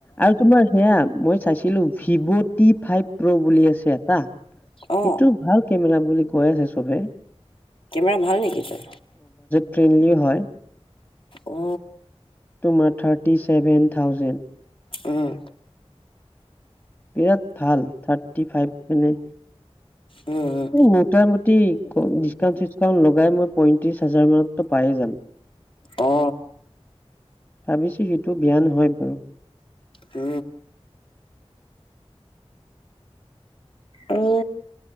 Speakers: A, on the left; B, on the left.
A: আৰু তোমাৰ সেয়া মই চাইছিলো ভিভ টি ফাইভ প্ৰ বুলি আছে এটা সেইটো
B: অ
A: ভাল কেমেৰা বুলি কৈ আছে চবে
B: কেমেৰা ভাল নেকি তাত
A: ফ্ৰেণ্ডলি হয়
B: উ
A: তোমাৰ থাৰ্টি চছেভেন থাউজেণ্ড
B: উম
A: বিৰাট ভাল থাৰ্টি ফাইভ মানে
B: উম উম
A: মোটামুটি ডিকাট চ খন লগাই মই পঁয়ত্ৰিশ হাজাৰ মানততো পায়েই যাম
B: অ
A: ভাবিছোঁ সিটো বিয়া নহয় বাৰু
B: স আৰু